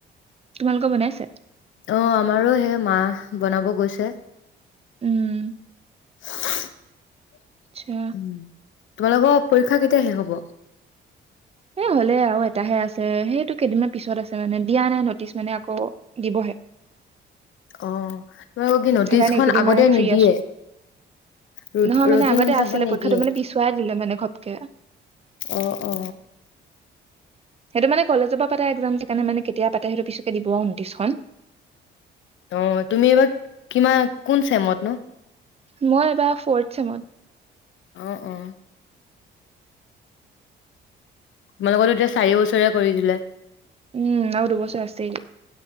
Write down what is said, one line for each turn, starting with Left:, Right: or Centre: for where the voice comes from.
Right: তোমালোকৰ বনাইছে?
Left: অ আমাৰো হে মা বনাব গৈছে
Right: উম
Left: <unintelligible>
Right: আ্ছা
Left: উম, তোমালোকৰ পৰীক্ষা কেতিয়া শেষ হ'ব
Right: এ হ'লে আৰু এটাহে আছে সেইটো কেইদিনমান পিছত আছে মানে দিয়া নাই ন'টিছ মানে আকৌ দিবহে
Left: অ ত কি নটিচখন
Right: সেইকাৰণে এইকেইদিন
Left: কি আগতে
Right: মানে ফ্ৰী
Left: নিদিয়ে?
Right: আছো
Left: ৰুটিন
Right: নহয় মানে আগতে
Left: হিচাপত
Right: আছিলে
Left: নিদিয়ে?
Right: পৰীক্ষাটো মানে পিছুৱাই দিলে মানে ঘপকে
Left: অ অ
Right: সেইটো মানে কলেজৰ পৰা পাতা একজাম সেকাৰণে মানে কেতিয়া পাতে সেইটো পিছকে দিব নটিচখন
Left: অ তুমি এইবাৰ কিমান কোন চেমত নো
Right: মই এবাৰ ফৰ্থ চেমত
Left: অ অ তোমালোকৰো এতিয়া চাৰি বছৰ কৰি দিলে
Right: উম ন দুবছৰ আছেই